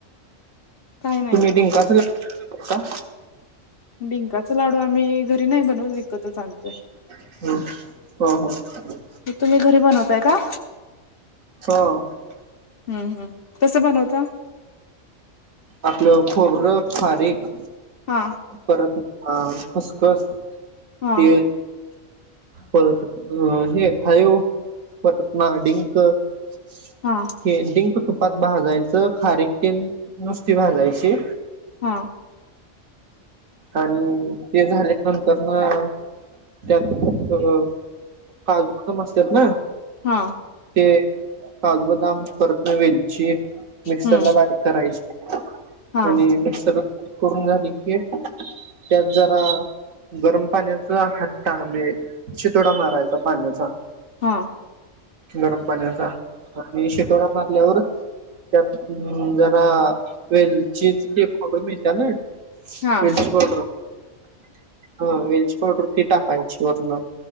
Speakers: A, on the left; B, on the right.
A: काही नाही
B: तुमी
A: बघा
B: डिंकाचं लाडू करता.
A: डिंकाचं लाडू आम्ही घरी नाही बनवतं विकतच आणतोय.
B: हम्म हा हा.
A: ते तुम्ही घरी बनवताय का?
B: <inaudible>
A: हम्म हम् कसं बनवता?
B: आपलं खोबरं, खारीक
A: हा
B: परत ह खसखस
A: हा
B: ते परत अ हे हयो परत ना डिंक हे
A: हा
B: डिंक तुपात भाजायच. खारीक तेन नुसती भाजायची.
A: हा
B: आणि ते झाल्यानंतरनं त्यात अ काजूत पण असत्यात ना
A: हा
B: ते काजू बदाम परत वेलची मिक्सरला
A: हम्म
B: बारीक करायची
A: हा
B: आणि मिक्सरला करून झाली की त्यात जरा गरम पाण्याचा हात्टा म्हणजे शितोडा मारायचा पाण्याचा
A: हा
B: गरम पाण्याचा आणि शितोडा मारल्यावर त्यात जरा वेलचीच ते पावडर मिळत्या नई
A: हा
B: वेलची पावडर ह वेलची पावडर ते टाकायची वरणं